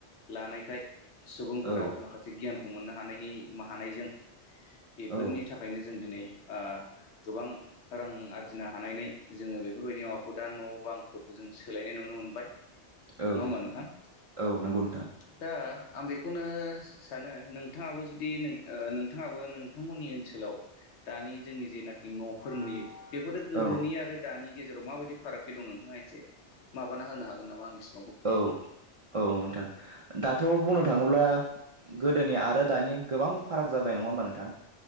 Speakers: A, on the left; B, on the right.
A: लानायखाय फोरा
B: औ
A: माखासे गियानखौ मोननो हानायनि हानायजों बेफोरनि
B: औ
A: थाखायनो जों दिनै ओ गोबां रां आरजिनो हानानै जोङो बेफोरबायदि माबाखौ दा न'आव बां फोरखौ जों सोलायनाय नुनो मोनबाय
B: औ
A: नङा होमबा नोंथां
B: औ नंगौ नोंथां
A: दा बेखुननो सानो नोंथाङाबो जुदि नों ओ नोंथाङाबो नोंथांमोननि ओनसोलाव दानि जोंनि जेनाखि न'फोर नुयो बेफोरो गोदोनि
B: औ
A: आरो दानि गेजेराव माबायदि फारागथि दं नोंथाङा एसे माबाना होनो हागोन नामा आंनिसिम
B: औ-औ नोंथां दाथ' बुंनो थाङोब्ला गोदोनि आरो दानि गोबां फाराग जाबाय नङा होमबा नोंथां